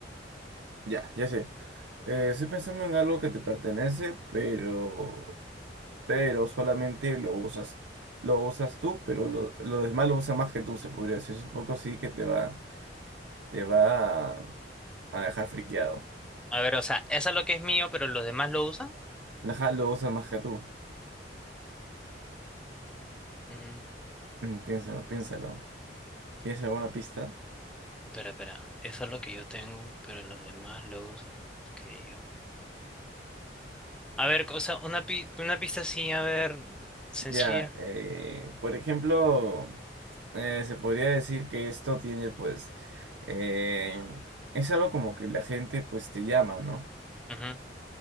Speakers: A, on the right (about 70°); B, in the centre.
A: Ya, ya sé. Eh, estoy pensando en algo que te pertenece, pero. pero solamente lo usas, lo usas tú, pero lo, lo demás lo usa más que tú, se podría decir. Es un poco así que te va, te va a, a dejar friqueado.
B: A ver, o sea, esa es lo que es mío, pero los demás lo usan.
A: Ajá, lo usa más que tú.
B: Mm,
A: Mm, piénsalo, piénsalo. ¿Tienes alguna pista?
B: Espera, espera. Eso es lo que yo tengo, pero los demás los que yo. A ver, o sea, una, pi- una pista así, a ver, sencilla.
A: Ya, eh, por ejemplo, eh, se podría decir que esto tiene, pues, eh, es algo como que la gente, pues, te llama, ¿no?
B: Ujú.